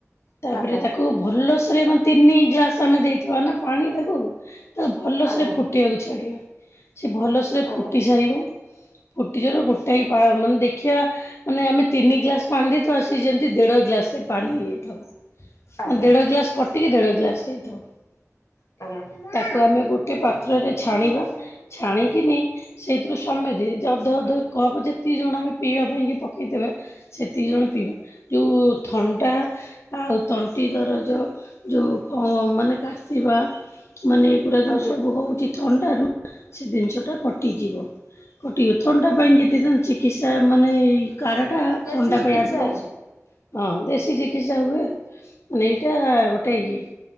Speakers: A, on the left (about 55°); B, on the left (about 80°).
A: ତାପରେ
B: ଆଜ୍ଞା
A: ତାକୁ ଭଲସରେ ମେ ତିନି ଗ୍ଲାସ ଆମେ ଦେଇଥିବା ନା ପାଣି ତାକୁ ତାକୁ ଭଲସରେ
B: ଆଜ୍ଞା ଆଜ୍ଞା
A: ଫୁ ଫୁଟିବାକୁ ଛାଡିବା ସେ ଭଲସରେ
B: ଆଜ୍ଞା।
A: ଫୁଟି ସାରିବ ଫୁଟିଯାର ଗୋଟେ ମାନେ ଦେଖିବା ମାନେ ଆମେ ତିନି ଗ୍ଲାସ ପାଣ୍ଡଡି ତ ଆସିକି ଯେମିତି ଦେଢ଼ ଗ୍ଲାସରେ ପାଣି ହେଇଯାଇଥିବ।
B: ଆଜ୍ଞା
A: ଦେଢ ଗ୍ଲାସ କଟିକି ଦେଢ଼ ଗ୍ଲାସ ତାକୁ
B: ଆଜ୍ଞା
A: ଆମେ ଗୋଟେ ପାତ୍ରରେ ଛାଣିବା ଛାଣିକିନି ସେଇଥିରୁ ସମେତେ ଅଧ ଅଧ କପ୍ ଯେତିକି ଜଣ ଆମେ ପିଇବା ପାଇଁ ପକେଇଥିବେ ସେତିକି ଜଣ ପିଇବା ଯଉ ଥଣ୍ଡା ଆଉ ତଣ୍ଟି ଦରଜ ଯୋଉ ହ ମାନେ କାଶିବା ମାନେ ଏଗୁଡା ଯୋଉ
B: ଆଜ୍ଞା
A: ସବୁ ହଉଛି ଥଣ୍ଡାରୁ ସେ ଜିନିଷ ଟା କଟିଯିବ। ଗୋଟେ ଥଣ୍ଟା ପାଇଁ ଯଦଥାନ୍ତ ଚିକିତ୍ସା ମାନେ ଏଇ କାର ଟା
B: ଦେଶୀ
A: ଥଣ୍ଡା
B: ଚିକିତ୍ସା
A: ପାଇଁ ଆଜି କାଲି ସେ <inaudible> ହଁ ଦେଶୀ ଚିକିତ୍ସା ହୁଏ ମାନେ ଏଇଟା ଗୋଟେ ଇଏ